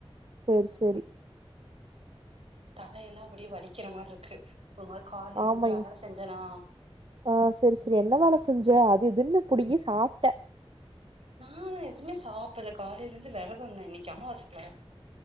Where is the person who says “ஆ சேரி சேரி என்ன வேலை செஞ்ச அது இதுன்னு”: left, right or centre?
Right